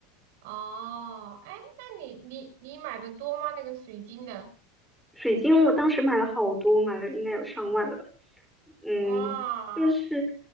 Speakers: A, on the right; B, in the centre.
A: 哦，哎，那你你你买的多吗？那个水晶的，
B: 水晶我当时买了好多，买了应该有上万了吧。嗯，
A: 哇，
B: 就是